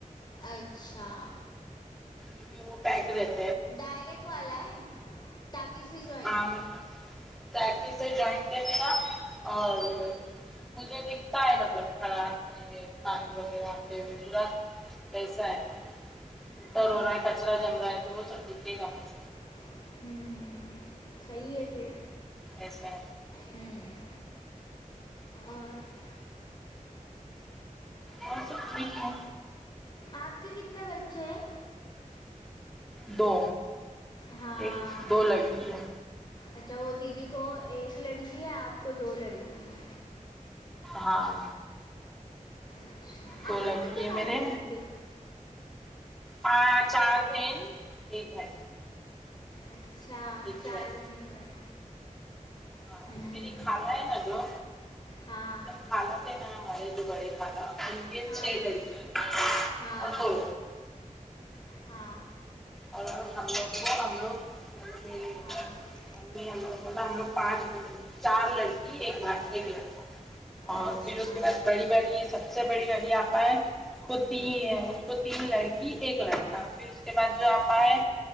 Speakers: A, on the left (about 35°); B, in the centre.
A: اچھا
B: کیونکہ وہ پیک رہ
A: ڈائریکٹ والا ہے تاکی سے جو ہے
B: ہاں مطلب ٹینکی سے جائنٹ ہے میرا اور مجھے دکھتا ہے مطلب خراب یہ پانی وغیرہ آتے ہوئے پورا کیسا ہے گا انٹر
A: ہاں
B: ہو رہا ہے کچرا جم رہا ہے تو وہ سب دکھے گا مجھ
A: ہوں صحیح ہے پھر
B: ایسا
A: ہوں اور
B: اور سب ٹھیک ہے
A: آپ کے کتنے بچے ہیں
B: دو
A: ہاں
B: ایک دو لڑکی ہے
A: اچھا وہ دیدی کو ایک لڑکی ہے آپ کو دو لڑکی ہے
B: ہاں
A: اچھا
B: دو
A: آپ لوگ
B: لڑکی
A: کتنے
B: ہے
A: بھائی
B: میرے
A: بہن ہیں پھر
B: پانچ چار تھے ایک بھائی
A: اچھا
B: ایک
A: چار
B: ہی بھائی
A: بہنیں ایک بھائی
B: ہاں وہ
A: ہوں
B: میری کھالا ہے نا جو
A: ہاں
B: کھالا تھے ن ہمارے دوبڑے کھالا ان کے
A: ہاں
B: چھ لڑکی
A: ہاں
B: اور وہ
A: ہاں
B: اور ہم لوگ کو ہم لوگ
A: ہاں
B: ہم بھی ہم لوگ مطلب ہم لوگ <unintelligible> پانچ چار لڑکی ایک با ایک لڑکا اور
A: اچھا
B: پھر اس کے بعد بڑی والی سب سے بڑی والی آپا ہے اس تین
A: ہوں
B: اس کو تین لڑکی ایک لڑکا پھر اس کے بعد جو آپ ہے